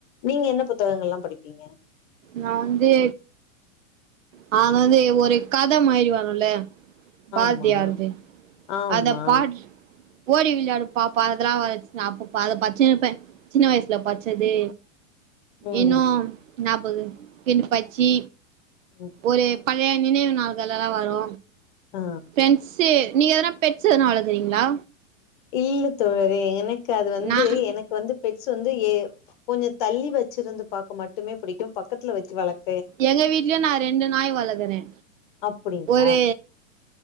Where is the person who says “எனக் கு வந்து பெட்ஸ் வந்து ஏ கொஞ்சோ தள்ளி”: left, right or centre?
Left